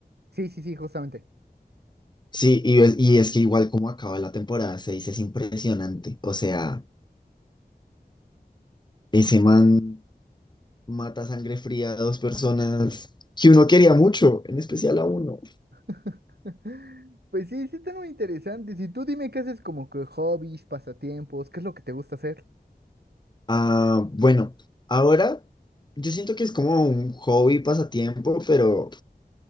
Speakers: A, on the right; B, on the left.
A: sí, sí, sí, justamente.
B: Sí, y es, y es que igual como acaba la temporada 6 es impresionante. O sea, ese man mata a sangre fría a dos personas que uno quería mucho, en especial a uno.
A: <laughs> Pues sí, sí están muy interesantes. Y tú dime qué haces como que hobbies, pasatiempos, qué es lo que te gusta hacer.
B: Ah, bueno, ahora yo siento que es como un hobby, pasatiempo, pero,